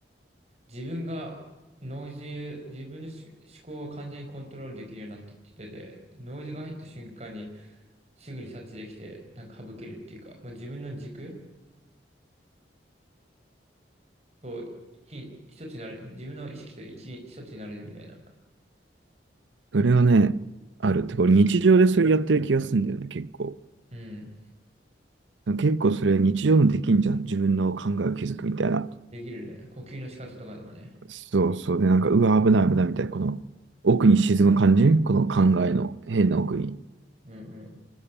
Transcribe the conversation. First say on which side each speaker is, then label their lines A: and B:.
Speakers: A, on the right (about 35°); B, on the right (about 85°).
A: 自分が、ノイズ、自分のし思考を完全にコントロールできるようになったって言ってて、ノイズが入った瞬間に、すぐに察知できて、なんか省けるっていうか、まあ、自分の軸そう、一、一つになれる。自分の意識と一、一つになれるみたいな。
B: それはね、ある。てか、俺日常でそれやってる気がするんだよね、結構。
A: うん。
B: 結構それ日常のできんじゃん。自分の考えを気づくみたいな。
A: できるね。呼吸の仕方とかでもね。
B: そうそう。で、なんか、うわ、危ない危ないみたいな、この奥に沈む感じこの考えの変な奥に。
A: うん、うん